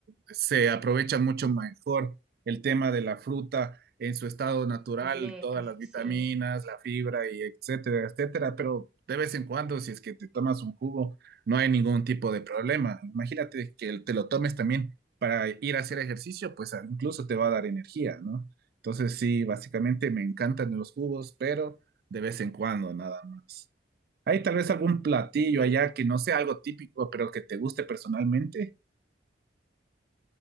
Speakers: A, on the right (about 55°); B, in the centre.
A: se aprovecha mucho mejor el tema de la fruta en su estado natural,
B: completa,
A: todas las vitaminas,
B: sí,
A: la fibra y etcétera, etcétera. Pero de vez en cuando, si es que te tomas un jugo, no hay ningún tipo de problema. Imagínate que te lo tomes también para ir a hacer ejercicio, pues a- incluso te va a dar energía, ¿no? Entonces sí, básicamente me encantan los jugos, pero de vez en cuando, nada más. Hay tal vez algún platillo
B: sí.
A: allá que no sea algo típico, pero que te guste personalmente.